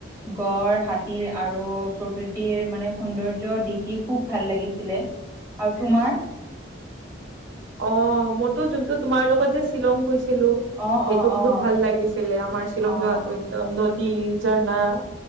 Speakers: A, on the right; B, on the right.
A: গড়, হাতী আৰু প্ৰকৃতিৰ মানে সৌন্দৰ্য দেখি খুব ভাল লাগিছিলে। আৰু তোমাৰ?
B: অঁ মোৰটো যোনটো তোমাৰ লগত যে শ্বিলং গৈছিলোঁ। সেইটো
A: অ', অ',
B: বহুত
A: অ',
B: ভাল লাগিছিলে, আমাৰ শ্বিলং
A: অ',
B: যোৱাতো একদম নদী, ঝৰ্ণা-